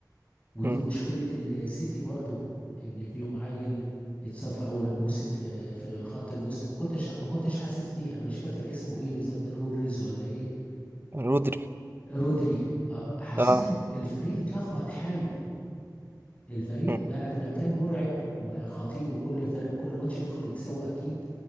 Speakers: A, on the left; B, on the right.
A: ودي
B: مم.
A: مشكلة السيتي برضو ان فيهم عيل اتصف اول موسم في في خط الوسط ما كنتش ما كنتش حاسس بيه انا مش فاكر اسمه ايه بالظبط روجريز ولا ايه
B: رودري
A: رودري آه حسيت
B: اه
A: ان الفريق اتلخبط حاله الفريق
B: مم.
A: بعد ما كان مرعب وبقى خطير وكل فريق كل ماتش يدخل يكسبه اكيد